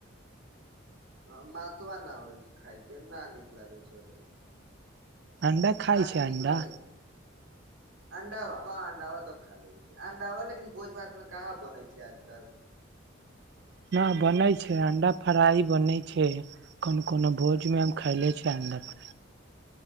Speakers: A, on the right (about 80°); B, on the right (about 55°).
A: हँ मसुआ नहि होइ छै खाइ छै नहि नीक लगै छै ओतना
B: अंडा खाइ
A: अहाँके
B: छै
A: नीक
B: अंडा
A: लागै छै अंडावा हँ अंडावा तऽ खा ले छै अंडावा लेकिन भोज भातमे कहाँ बनै छै आजकल त
B: न बनय छै अंडा फ्राइ बनै छै कोनो कोनो भोजमे हम खायले छिय अड